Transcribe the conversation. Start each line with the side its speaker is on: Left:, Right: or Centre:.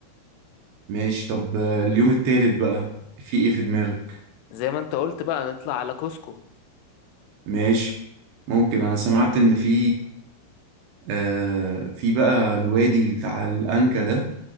Right: ماشي طب آه، اليوم التالت بقى في ايه في دماغك
Left: زي ما انت قلت بقى نطلع على كوسكو
Right: ماشي ممكن انا سمعت ان في آه في بقى الوادي بتاع الانكا ده